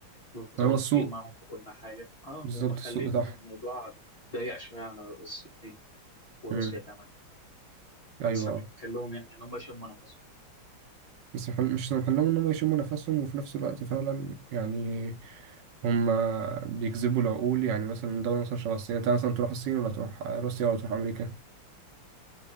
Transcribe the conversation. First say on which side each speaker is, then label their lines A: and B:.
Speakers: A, on the left; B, on the right.
A: متواطئين
B: فهو السوق
A: معاهم في كل حاجة اه
B: بالظبط
A: مخلين
B: السوق بتاعهم
A: الموضوع ضيق شوية على الصين وروسيا
B: مم.
A: كمان فمسامحين
B: أيوة
A: لهم يعني إن هم يشموا نفسهم
B: بس مح- مش سامح لهم إنهم يشموا نفسهم وفي نفس الوقت فعلا يعني هم بيجذبوا العقول يعني مثلا دولة مثلا شبه الصين أنت مثلا تروح الصين ولا تروح روسيا ولا تروح أمريكا